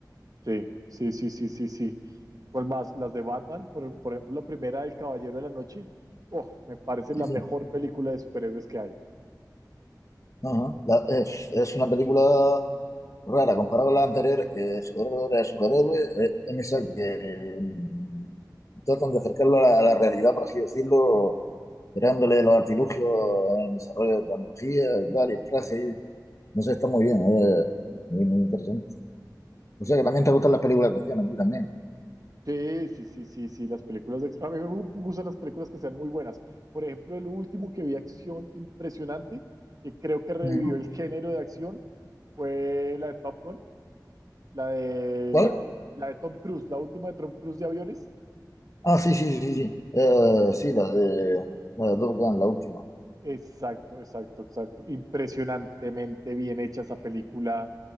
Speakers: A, on the right; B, on the left.
A: Sí, sí, sí, sí, sí, sí. ¿Cuál más? Las de Batman, por, por ejemplo, la primera del Caballero de la Noche, oh, me parece
B: Sí,
A: la
B: sí.
A: mejor película de superhéroes que hay.
B: Ajá. La- es, es una película Rara, comparado con las anteriores, que superhéroe a superhéroe, eh, en esa que mm, tratan de acercarlo a la, a la realidad, por así decirlo, creándole los artilugios en desarrollo de tecnología, y tal, y el traje, y- no sé, está muy bien, eh, muy, muy interesante. O sea que también te gustan las películas de acción a ti también.
A: Sí, sí, sí, sí, sí, las películas de ac- A mí me gu- gustan las películas que sean muy buenas. Por ejemplo, el último que vi acción impresionante, que creo que revivió
B: Ujú.
A: el género de acción, fue la de Top Gun, la de,
B: ¿Cuál?
A: la de, la de Tom Cruise, la última de Tom Cruise de aviones.
B: Ah, sí, sí, sí, sí. Eh, sí, la de, la de Top Gun, la última.
A: Exacto, exacto, exacto. Impresionantemente bien hecha esa película,